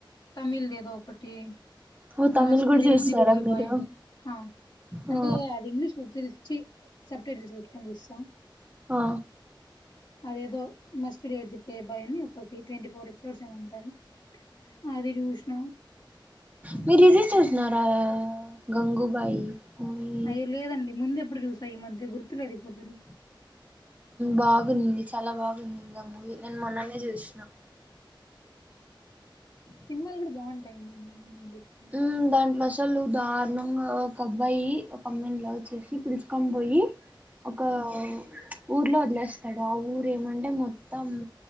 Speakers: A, on the left; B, on the right.
A: తమిళ్ ది ఏదో ఒకటి
B: ఓ తమిళ్
A: మస్ట్
B: కూడా
A: డేట్
B: చూస్తారా
A: ది ప్లే
B: మీరు
A: బాయ్ అని ఆ అంటే
B: ఆ
A: అది ఇంగ్లీష్ గురించి చి సబ్ టైటిల్స్ పెట్టుకొని చూస్తా
B: ఆ
A: అదేదో must date the playboy అని ఒకటి ట్వంటీ ఫోర్ ఎపిసోడ్స్ ఏమో ఉంటాయి అది చూసినా
B: మీ ఇది చూసిన్నారా గంగూబాయి మూవీ
A: అయ్యో లేదండి ముందు ఎప్పుడు చూసా ఈ మధ్య గుర్తులేదు ఎపుడు చులే
B: బాగుంది చాలా బాగుంది ఆ మూవీ నేను మొన్ననే చూసినా
A: సినిమాలు కూడా బాగుంటాయి ముందు వచ్చి
B: ఉ దాంట్లో అసలు దారుణంగా ఒక అబ్బాయి ఒక అమ్మాయిని లవ్ చేసి పిలుచుకొని పోయి ఒక ప్చ్ ఊర్లో వదిలేస్తాడు ఆ ఊరు ఏమంటే మొత్తం